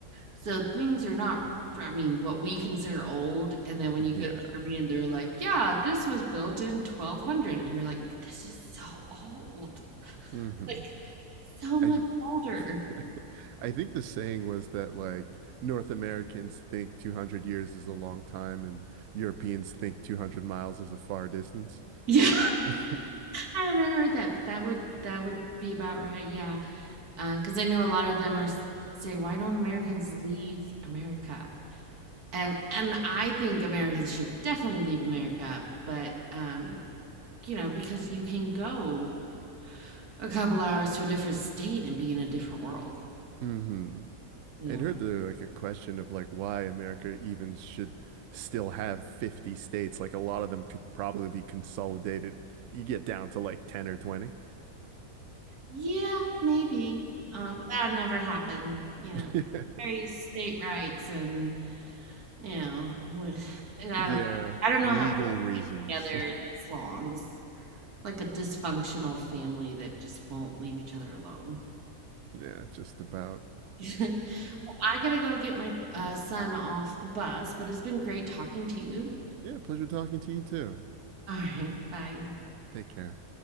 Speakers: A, on the right; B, on the right.
A: So things are not, I mean, what we consider old. And then when
B: Yeah.
A: you go to Germany and they're like, yeah, this was built in 1200. And you're like, this is so old.
B: hmm
A: Like, so much
B: I
A: older.
B: <laughs>
A: <laughs>
B: I think the saying was that like North Americans think 200 years is a long time and Europeans think 200 miles is a far distance.
A: Yeah.
B: <laughs>
A: I haven't heard that, but that would that would be about right. Yeah. Because I know a lot of them are s- say, why don't Americans leave America? And and I think Americans should definitely leave America, but um, you know, because you can go a couple hours to a different state and be in a different world,
B: hmm
A: you
B: I'd
A: know?
B: heard there like a question of like why America even should still have 50 states. Like a lot of them could probably be consolidated. You get down to like 10 or 20.
A: Yeah, maybe. Uh, but that would never happen, you
B: <laughs>
A: know. Very state rights and, you know, w- <sighs> <laughs> and I
B: Yeah,
A: don't know. I don't
B: legal
A: know how we
B: reasons.
A: stay together
B: <laughs>
A: this long. It's like a dysfunctional family that just won't leave each other alone.
B: Yeah, just about.
A: <laughs> I gotta go get my uh, son off the bus, but it's been great talking to you.
B: Yeah, pleasure talking to you too.
A: All right, bye.
B: Take care.